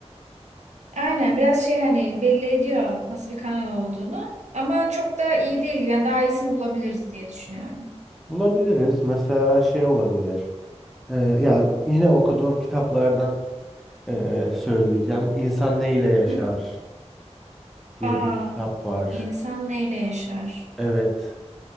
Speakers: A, on the right (about 80°); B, in the centre.
A: Aynen biraz şey hani belli ediyor nasıl bir kanal olduğunu ama çok da iyi değil gibi. Yani daha iyisini bulabiliriz diye düşünüyorum.
B: Bulabiliriz. Mesela şey olabilir. Ee, ya yine okuduğum kitaplardan ee, söyleyeceğim. İnsan Ne ile Yaşar
A: Hı hı.
B: diye
A: Aa,
B: bir kitap var.
A: insan neyle yaşar?
B: Evet.